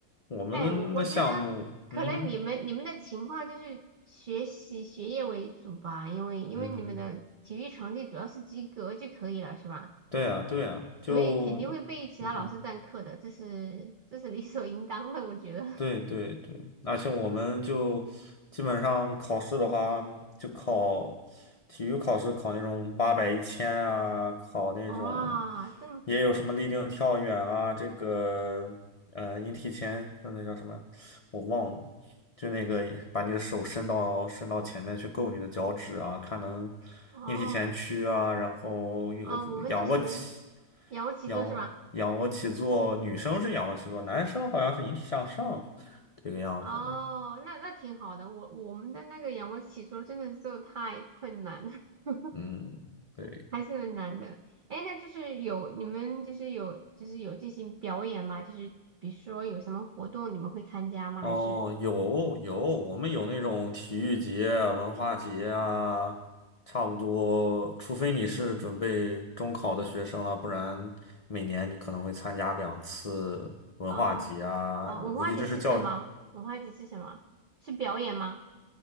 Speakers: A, on the left (about 65°); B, on the right (about 80°).
A: 我们的项目，
B: 哎，我我觉得可能你们你们的情况就是学习学业为主吧，
A: 嗯哼。
B: 因为因为你们的体育成绩主要是及格就可以了，
A: 嗯哼，
B: 是吧？
A: 对啊，对啊，就，
B: 所以肯定会被其他老师占课的，
A: 嗯哼，
B: 这是这是理所应当的，我觉得。<laughs>
A: 对对对，而且我们就基本上考试的话，就考体育考试，考那种八百、一千啊，考那种
B: 哇，这么
A: 也有什么立定跳远啊，这个呃引体前，就那叫什么，我忘了，就那个把你的手伸到伸到前面去够你的脚趾啊，看能
B: 哦
A: 引体前屈啊，然后有仰卧起。
B: 啊，我们倒是没有仰卧起坐是吧？
A: 仰仰卧起坐，女生是仰卧起坐，男生好像是引体向上这个样子的。
B: 哦，那那挺好的。我我们的那个仰卧起坐真的是做的太困难了，<laughs>
A: 嗯，对。
B: 还是很难的。哎，那就是有你们就是有就是有进行表演吗？就是比如说有什么活动你们会参加吗？
A: 哦，
B: 还是
A: 有有，我们有那种体育节啊、文化节啊，差不多，除非你是准备中考的学生了，不然每年你可能会参加两次文化节啊。
B: 哦哦，
A: 我估计这是教
B: 文化节是什么？文化节是什么？是表演吗？